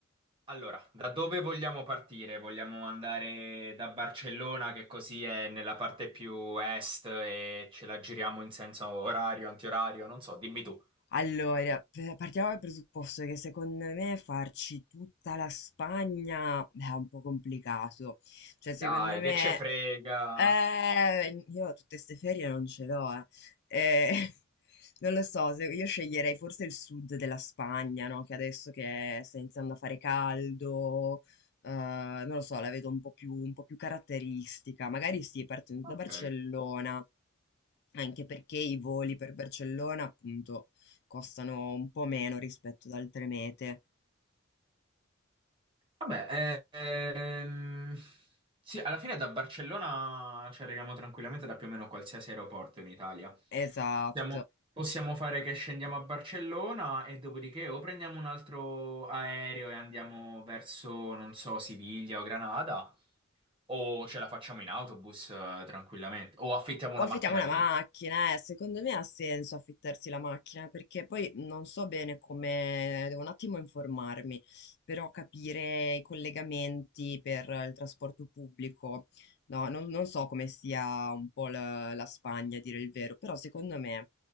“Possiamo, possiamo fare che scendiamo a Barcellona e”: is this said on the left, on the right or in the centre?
Right